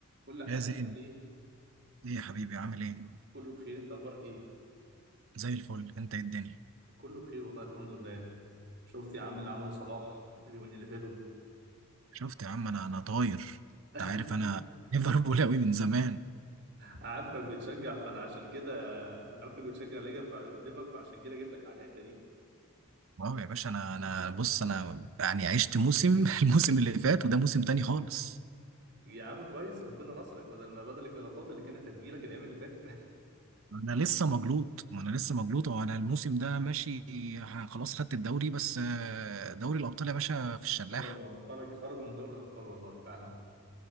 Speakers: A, on the right (about 50°); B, on the right (about 70°).
A: كل عايز
B: يا زين
A: تعمل ايه
B: ايه يا حبيبي عامل ايه
A: كله بخير انت اخبارك ايه
B: زي الفل انت إيه الدنيا
A: كله بخير والله الحمد لله شفت يا عم اللي عمله صلاح اليومين اللي فاتوا
B: شفت يا عم انا انا طاير انت
A: <laughs>
B: عارف انا <laughs> ليفربول قوي من زمان
A: عارفك بتشجع فانا عشان كده انا عارفك بتشجع ليجا- فع- ليفر فعشان كده جيت لك على الحته دي
B: واو يا باشا انا انا بص انا يعني عشت موسم <laughs> الموسم اللي فات وده موسم تاني خالص
A: يا عم كويس ربنا نصرك بدل ما بدل الجلطات اللي كانت هتجيلك الايام اللي فاتت
B: انا لسه مجلوط ما انا لسه مجلوط وانا الموسم ده ماشي ه- خلاص خدت الدوري بس آه، دوري الابطال يا باشا في الشلاح
A: <laughs> خرج خرج خرجوا من دوري الابطال والله فعلا